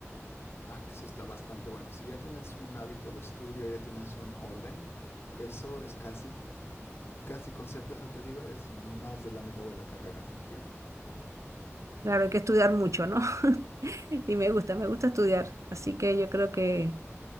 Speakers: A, on the left; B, on the right.
A: Ah, eso está bastante bueno. Si ya tienes un hábito de estudio, ya tienes un orden, eso es casi, casi con certeza te digo, es más de la mitad de la carrera cumplida.
B: Claro, hay que estudiar mucho, ¿no? <laughs> Y me gusta, me gusta estudiar, así que yo creo que,